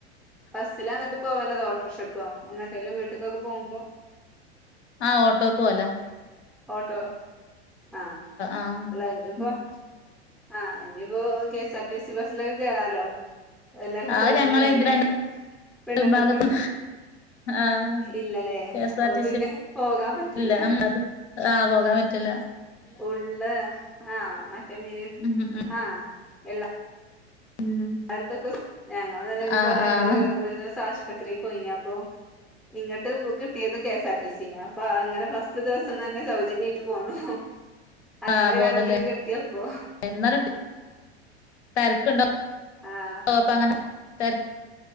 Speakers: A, in the centre; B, on the left.
A: ബസ്സിലാണ് ഇത്പ്പോ വല്ലതോ ഓട്ടോറിക്ഷക്കോ എന്തെങ്കിലും വീട്ടിക്കൊക്കെ പോക്മ്പോ
B: ആഹ് ഓട്ടോക്ക് പോല
A: ഓട്ടോ ആ
B: ആഹ്
A: അല്ല ഇനിയിപ്പോ
B: ഉം
A: - ആഹ് ഇനിയിപ്പോ കെഎസ് ആർ ടി സി ബസ്സിലൊക്കെ കേറാലോ എല്ലാർക്കും
B: അത്
A: സൗജന്യായില്ലേ.
B: ഞങ്ങളെ ഇത് രണ്ട്
A: പെണ്ണുങ്ങൾക്ക്
B: ഭാഗത്ത് ആഹ്
A: ഇല്ല ല്ലേ
B: കെ എസ്
A: അപ്പൊ
B: ആർ ടി
A: പിന്നെ
B: സി
A: പോകാൻ പറ്റൂല
B: ഇല്ല അത് ആ പോകാൻ പറ്റില്ല.
A: <unintelligible>
B: ഉം ഉം ഉം
A: അവർക്കൊക്കെ സ്കൂള് ഞങ്ങള് തന്നെ ഇതുപോലെ
B: ആഹ് ആഹ്
A: ഒരു ഒരു ദിവസം ആശുപത്രി ത്രി പോയിഞ്ഞി ഇങ്ങോട്ട് ബുക്കാക്കിയത് K S R T - P C നപ്പ അങ്ങനെ ഫസ്റ്റ് ദിവസം തന്നെ സൗജന്യമായിട്ട് പോന്നു. അങ്ങനെ
B: ആഹ്
A: ഒരു
B: പോന്നില്ലേ
A: അനുകൂല്യം കിട്ടിയപ്പൊ.
B: എന്നാലും തെരക്ക്ണ്ടാവോ
A: ആഹ്
B: അപ്പ <unintelligible>